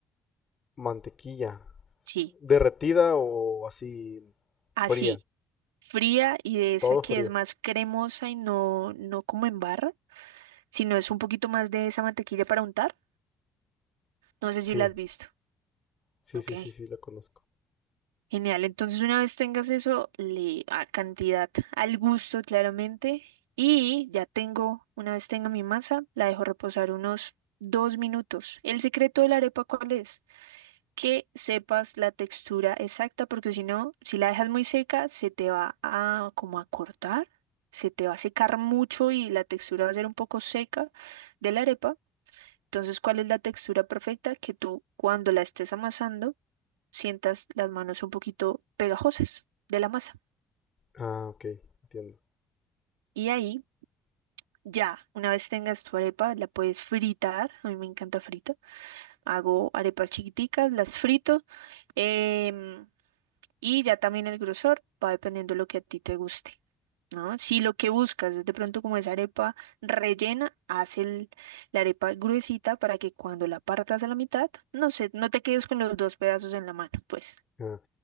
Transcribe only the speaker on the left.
Mantequilla.
Derretida o así
fría.
Todo
frío.
Sí,
sí,
sí, sí, sí, la conozco.
Ah, ok, entiendo.
Ah,